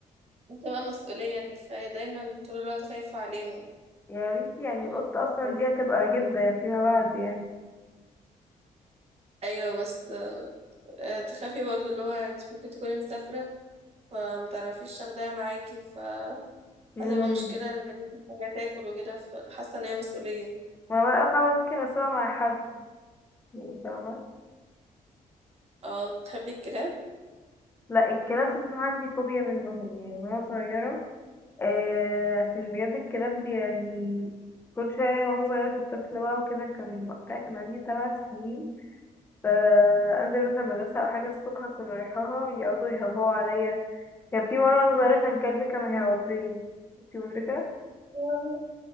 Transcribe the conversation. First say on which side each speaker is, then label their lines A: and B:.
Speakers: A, on the right; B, on the left.
A: بتبقى مسؤولية انك خاي- دايما طول الوقت خايفة عليهم
B: يا بنتي يعني
A: ومحتاجة
B: القطة اصلا دي هتبقى
A: كده.
B: جدة فيما بعد يعني
A: ايوه بس آه، تخافي برضو اللي هو انت ممكن تكوني مسافرة فما تعرفيش تاخديها معاكي فهتبقى
B: امم
A: مشكلة ان هي محتاجة تاكل وكده فحاسة ان هي مسؤولية
B: ما بقى فاهمة ممكن اسمع مع حد يعني فاهمة
A: اه تحبي الكلاب؟
B: لا الكلاب بصراحة عندي فوبيا منهم يعني وانا صغيرة آه عشان بجد الكلاب يعني كل شوية وانا صغيرة كنت طفلة بقى وكده كان وقتها كان عندي سبع سنين فأنزل مثلا مدرسة أو حاجة الصبح أكون رايحاها يقعدوا يهوهوا عليا كان في مرة وأنا صغيرة كان كلبي كان هيعضني انتي مدركة؟
A: <laughs>